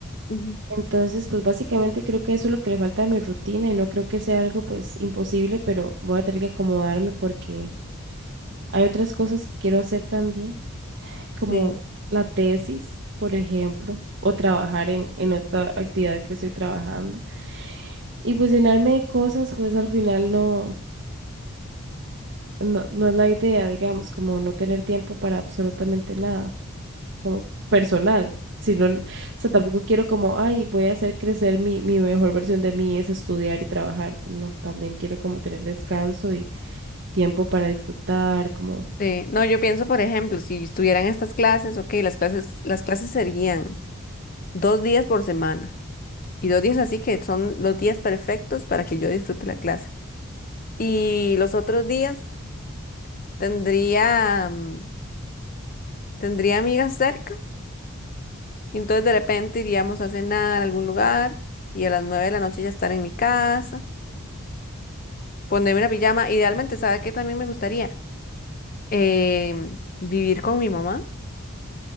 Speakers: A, on the left; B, on the right.
A: Ujú.
B: Entonces, pues básicamente creo que eso es lo que le falta a mi rutina y no creo que sea algo pues imposible, pero voy a tener que acomodarme porque hay otras cosas que quiero hacer también, como
A: sí.
B: la tesis, por ejemplo, o trabajar en, en otra actividad que estoy trabajando. Y pues llenarme de cosas, pues al final no, no, no es la idea, digamos, como no tener tiempo para absolutamente nada. como personal, sino, o sea, tampoco quiero como, ay, voy a hacer crecer mi, mi mejor versión de mí es estudiar y trabajar, no, también quiero como tener descanso y tiempo para disfrutar, como,
A: Sí. No, yo pienso, por ejemplo, si estuvieran estas clases, ok, las clases, las clases serían dos días por semana. Y dos días así que son los días perfectos para que yo disfrute la clase. Y los otros días tendría, mm, tendría amigas cerca. y Entonces de repente iríamos a cenar a algún lugar y a las nueve de la noche ya estar en mi casa, ponerme una pijama. Idealmente, ¿sabe qué también me gustaría? Eh, vivir con mi mamá.